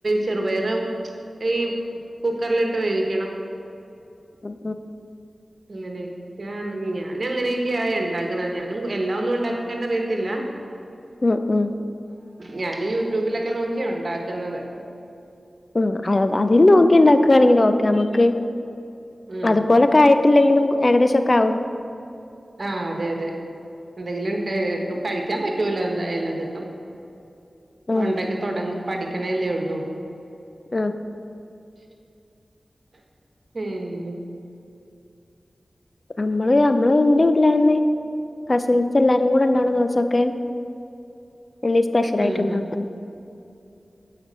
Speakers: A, on the right; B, on the left.
A: ചെറുപയർ ഈ കുക്കർ ലിട്ട് വേവിക്കണം.
B: ഉം
A: ഇങ്ങനെ ഞാനങ്ങനൊക്കെയാ ആ ഇണ്ടാക്കണേ ഞാനും എല്ലാം ഒന്നും ഉണ്ടാക്കാൻ അറിയില്ല
B: ഉം ഉം
A: ഞാനീ യൂട്യുബിലൊക്കെ നോക്കിയാ ഉണ്ടാക്കുന്നത്
B: മ് അതിൽ നോക്കി ഉണ്ടാക്കാണെങ്കിൽ ഓക്കേ നമ്മക്ക്
A: ഉം
B: അതുപോലെക്കെ ആയിട്ടില്ലെങ്കിലും ഏകദേശ <unintelligible>
A: ആ അതെ അതെ എന്തെങ്കിലും ടെ കഴിക്കാൻ പറ്റുവല്ലോ എന്തായാലും അത്
B: ഉം
A: ഒണ്ടാക്കി തൊടങ്ങ് പഠി <unintelligible>
B: ആ
A: <unintelligible>
B: അമ്മള് അമ്മള് ഇന്റെ വീട്ടിലായെന്ന് കസിൻസ് എല്ലാരും കൂടെ ഉണ്ടാവുന്ന ദിവസക്കെ എന്തെങ്കിലും സ്പെഷ്യലായിട്ട്
A: ഉം
B: ഉണ്ടാക്കും